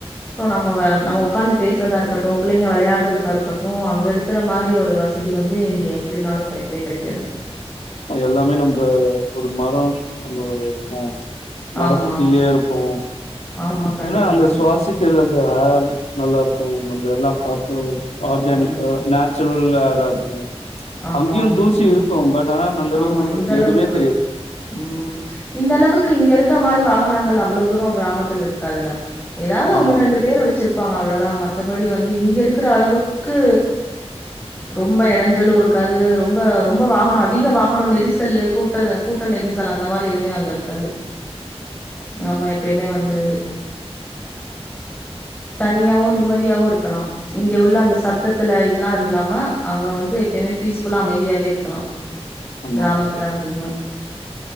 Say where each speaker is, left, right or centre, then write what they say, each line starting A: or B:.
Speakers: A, on the left (about 15°); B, on the left (about 75°).
A: சோ நம்ம நம்ம உக்காந்து பேசுறதா இருக்கட்டு பிள்ளைங்க விளையாடுறதுக்கா இருக்கட்டு அங்க இருக்கிற மாரி ஒரு வசதி வந்து இங்க எப்டின்னாலு கெடைக்கவே கெடைக்காது
B: எல்லாமே நம்ப ஒரு மர நம்ப அ மரத்துக்கீழயே
A: ஆமா
B: இருப்போ
A: ஆமா கண்டிப்பா
B: ஏன்னா அந்த
A: கண்டிப்பா
B: சுவாசிக்கிறது அந்த ஆ நல்லா இருக்கு நம்ம எல்லா காத்து ஆர்கானிக்கா
A: கண்டிப்பா
B: நேச்சுரல் ஏரா இருக்கு
A: ஆமா
B: அங்கேயு
A: மா
B: தூசி
A: ஆ
B: இருக்கு பட் ஆனா அந்த அளவுக்கு
A: ஆமா
B: நம்மளுக்கு
A: இந்த அளவுக்கு
B: எதுவுமே தெரியாது
A: ம் இந்த அளவுக்கு இங்க இருக்கிற மாரி வாகனங்கள் அவ்ளோ தூர கிராமத்துல இருக்காதுல எதாவது
B: ஆமா
A: ஒன்னு ரெண்டு பேர் வச்சிரு ப்பாங்க அவ்ளோ தா மத்தபடி வந்த இங்க இருக்குற அளவுக்கு ரொம்ப இடைஞ்சலு இரு க்காது ரொம்ப ரொம்ப வாகன அதிக வாகன நெரிசல் கூட்ட கூட்ட நெரிசல் அந்த மாரி எதுமே அங்க இருக்காது நம்ம எப்பயுமே வந்து தனியாவு நிம்மதியாவு இருக்கலா இங்க உள்ள அந்த சத்தத்துல இதெல்லா இல்லாம அங்க வந்து எப்பயுமே பீஸ்ஃபுல்லா அமைதியாவே இருக்கலா
B: ஆமா
A: கிராமத்துல அப்டினா